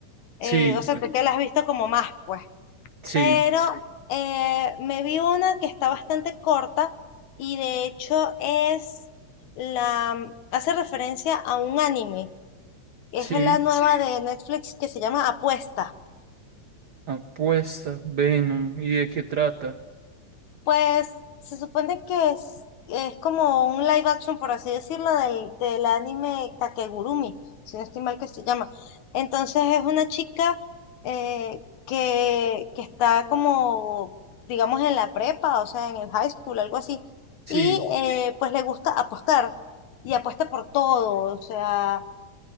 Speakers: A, on the left; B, on the right.
A: Eh,
B: Sí,
A: o sea, tú que la has visto como más, pues
B: sí,
A: pero eh, me vi una que está bastante corta y de hecho es la, mm, hace referencia a un anime. Es
B: sí.
A: la nueva de Netflix que se llama Apuesta.
B: Apuesta, Venom. ¿Y de qué trata?
A: Pues se supone que es, es como un live action, por así decirlo, del, del anime Kakegurumi, si no estoy mal que se llama. Entonces es una chica eh, que, que está como, digamos, en la prepa, o sea, en el high school, algo así.
B: Sí.
A: Y eh, pues le gusta apostar, y apuesta por todo, o sea,